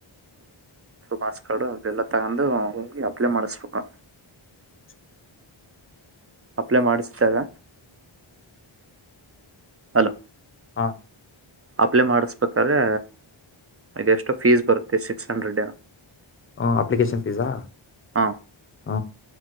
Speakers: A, on the right; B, on the left.
A: ಮಾಸ್ ಕಾರ್ಡು ಅದೆಲ್ಲ ತಗೊಂಡು ಹೋಗಿ ಅಪ್ಲೈ ಮಾಡಸ್ಬೇಕು.
B: <inaudible>
A: ಅಪ್ಲೈ ಮಾಡಿಸತಾಗ. ಹಲೋ.
B: ಹಾ.
A: ಅಪ್ಲೈ ಮಾಡಸ್ಬೇಕಾದ್ರೆ ಇ ಎಷ್ಟೋ ಫೀಸ್ ಬರುತ್ತೆ ಸಿಕ್ಸ್ ಹಂಡ್ರೆಡ್.
B: ಹ ಅಪ್ಲಿಕೇಶನ್ ಫೀಸಾ.
A: ಹಾ
B: ಹ